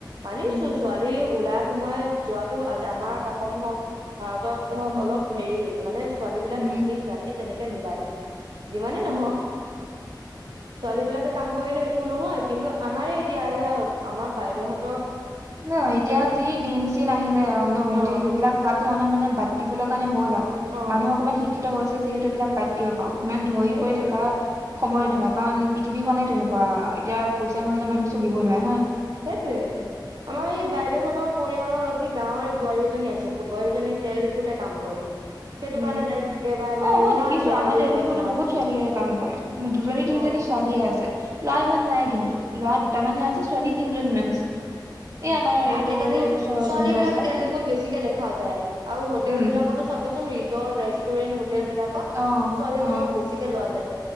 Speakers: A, on the right; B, on the right.
A: মানিছো
B: উম
A: ছোৱালী ওলাই সোমাই যোৱাটো আল আমাৰ অসম হওঁক ভাৰতত হওঁক,
B: উম
A: অলপ হেৰি, মানে ছোৱালীবিলাক
B: উম
A: বিশেষ ৰাতি তেনেকে নোলায়। যিমানেই
B: উম
A: নহওঁক। ছোৱালী বিলাকে কাম কৰিলে একো নহয় কিন্তু আমাৰে এতিয়া এইয়া আমাৰ বাইদেউহত
B: ন, এতিয়া যি দিন-চিন আহিলে আৰু ন সেইটো
A: অ
B: সেইবিলাক ভাৱ-ধৰণা মানে বাদ দিবলৈ কাৰণে হ
A: অ
B: মানুহে অকনমান শিক্ষিত হৈছে যিহেতু এইবিলাক বাদ দিয়ক। ইমান ধৰি
A: সেইটোৱে
B: কৰি থকা সময়
A: উম
B: নহয় কাৰণ পৃথিৱীখনে তেনেকুৱা এতিয়া পইচা নহলে মানুহ চলিব নোৱাৰে হৈনে।
A: সেইটোয়ে আমাৰ এই বাইদেউহতৰ পৰিয়ালৰ কি গাৱৰে বোৱাৰী এজনী আছে বোৱাৰীজনী তেল ডিপোতে কাম কৰে। সেইটো
B: উম,
A: কাৰণে তাইক একেবাৰে মানে
B: অ, মই
A: ইমান
B: দেখিছো
A: বেয়া
B: আমাৰ
A: বেয়ি
B: তেল
A: বদনাম
B: ডিপোতে বহুত ছোৱালীয়ে কাম কৰে দুজনী
A: অ',
B: তিনিজনী ছোৱালীয়ে আছে, ল'ৰা ইমান নাই কিন্তু ল'ৰা দুটামানহে আছে ছোৱালী তিনজনীমান আছে। এই
A: উম,
B: আমাৰ এইটো
A: আজিকালি
B: ওচৰৰ
A: ছোৱালী
B: যোনটো
A: বিলাক
B: আছে
A: তেল ডিপত বেছিকে দেখা যায় আৰু হোটেল
B: উম
A: বিলাকতো ৰিজৰ্ট ৰেষ্টুৰেণ্ট বিলাকত
B: অ
A: ছোৱালীবোৰক
B: অ
A: বেছিকৈ লোৱা জাই